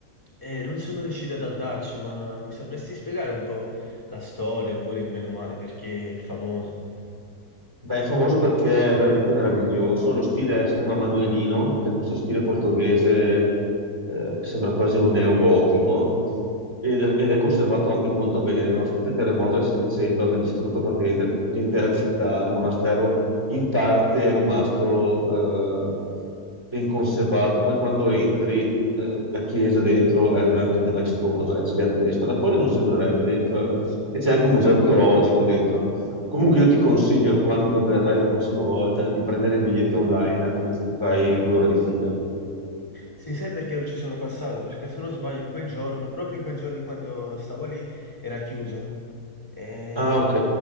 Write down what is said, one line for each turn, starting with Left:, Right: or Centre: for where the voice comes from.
Left: E non sono riuscito ad andarci, ma mi sapresti spiegare un po' la storia, oppure meno male, perché è famoso.
Right: Beh, è famoso perché è veramente meraviglioso. Lo stile si chiama Manuelino, che è questo stile portoghese, eh, che sembra quasi un neogotico, ed,
Left: Ok.
Right: ed è conservato anche molto bene, nonostante il terremoto del 700 abbia distrutto praticamente l'intera città. Il monastero in parte è rimasto, eh, ben conservato. Poi quando entri, eh, la chiesa dentro è veramente maestosa, è gigantesca. Da fuori non sembrerebbe, dentro è- e c'è anche un museo archeologico dentro. Comunque io ti consiglio, quando verrai la prossima volta, di prendere i biglietti online, altrimenti ti fai due ore di fila.
Left: Sì, sai perché non ci sono passato? Perché se non sbaglio in quel giorno, proprio in quel giorno in quando stavo lì, era chiuso. E...
Right: Ah, ok.